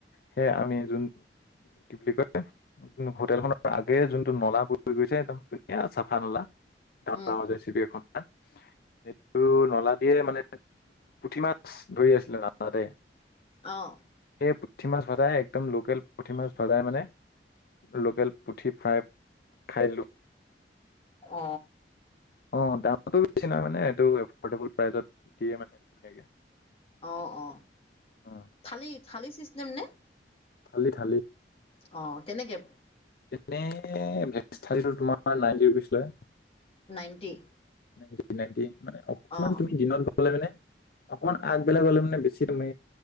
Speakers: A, on the left; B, on the left.
A: সেই আমি যোন কি বুলি কয় হোটেল খনৰ আগে যোনটো নলা ব গৈছে একদম ধুনীয়া চ ঠা নলা ডৰ
B: উম
A: ডৰেপ এখন সেইটো নলা দিয়ে মানে পুঠি মাছ ধৰি আছিল না তাতে।
B: আহ
A: পুঠি মাছ ভাতাই একদম লোকেল পুঠি মাছ ভজাই মানে। লোকেল পুঠি ফ্ৰাই খাইলোঁ।
B: অ
A: অ দামতটো বেছি নহ মানে এইটো এফৰ্ডেবল প্ৰাইজত দিয়ে মানে ধুনীয়াকে।
B: অ অ
A: অ,
B: থালি, থালি চিষ্টেম নে?
A: খালি, খালি
B: অ কেনেকে।
A: এনে ভে থালীটো তোমাৰ নাইনটি ৰুপিজ লয়।
B: নাইনটি।
A: নাইনটি মানে অকমান
B: অ',
A: তুমি দিনত। লে মানে অকমান আগবিলাক হলে মানে বেছি মানে